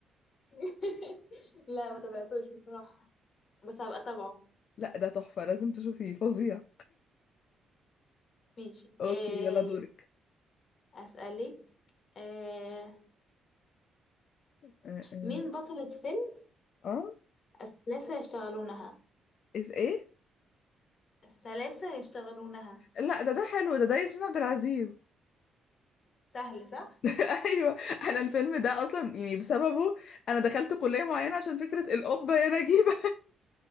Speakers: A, on the left; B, on the left.
A: <laughs> لا ما تابعتوش بصراحة بس هبقى اتابعه
B: <laughs> لا ده تحفة لازم تشوفيه فظيع
A: ماشي
B: اوكي
A: آه
B: يلا دورك
A: اسألك آه
B: اه اه
A: مين بطلة فيلم
B: آه،
A: الثلاثة يشتغلونها
B: إيه ايه
A: الثلاثة يشتغلونها
B: لا ده ده حلو ده ده ياسمين عبد العزيز
A: سهل صح
B: <laughs> ايوه انا الفيلم ده اصلا يعني بسببه انا دخلت كلية معينة عشان فكرة القبة يا نجيبة